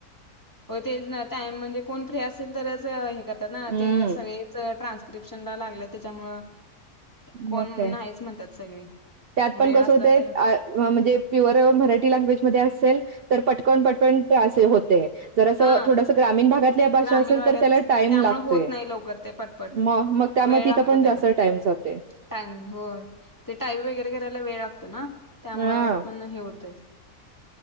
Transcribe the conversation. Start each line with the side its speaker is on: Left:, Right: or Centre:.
Left: हो तेच ना टाइम म्हणजे कोण फ्री असेल तरच हे करतात ना
Right: हम्म
Left: ते सगळेच ट्रान्स क्रिप्शन लागलं त्याच्यामुळ कोण
Right: हो काय आहे
Left: नाहीच म्हणतात सगळे
Right: त्यात पण
Left: वेळ
Right: कस
Left: असला
Right: होतय
Left: तर
Right: म्हणजे प्युअर मराठी लग्वेज असेल तर पटकन पटकन होते जर असं
Left: हा
Right: थोडस ग्रामीण भागात कल्या भाषा
Left: ग्रामीण
Right: असेल
Left: भागात
Right: तर त्याला
Left: त्यामुळे
Right: टाइम लागतोय
Left: होत नाही लवकर ते पटपट
Right: मग मग त्यामध्ये
Left: वेळ लागतो
Right: तिथं पण
Left: त्याला
Right: जास्त टाइम जातंय
Left: टाइम हो ते टाईम वगैरे करायला वेळ लागतो ना त्यामुळं
Right: हा
Left: पण हे होतय